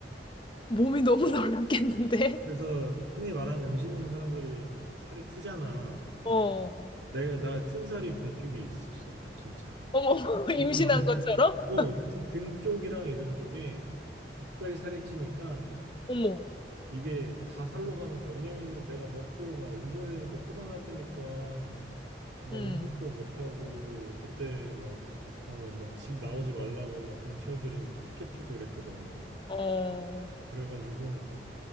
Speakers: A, on the left (about 30°); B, on the right (about 80°).
A: 몸이 너무 놀랐겠는데?
B: 그래서 흔히 말하는 음식 있는 사람들이 살이 트잖아.
A: <laughs> 어,
B: 내가 나 튼 살이 배 쪽에 있었어, 진짜.
A: 어머, <laughs> 임신한
B: 이거 많이.
A: 것처럼?
B: 어, 진짜 등 쪽이랑 이런 쪽에 갑자기 살이 찌니까
A: 어머,
B: 이게 다 살로 가는 거야. 왜냐면은 내가 먹고 막 운동을 했는데 코로나 뜨니까 막
A: 응,
B: 운동도 못 하고 그때 막 어, 막 집 나오지 말라고 막 경찰들이 막 티켓 주고 이랬거든.
A: 어,
B: 그래가지고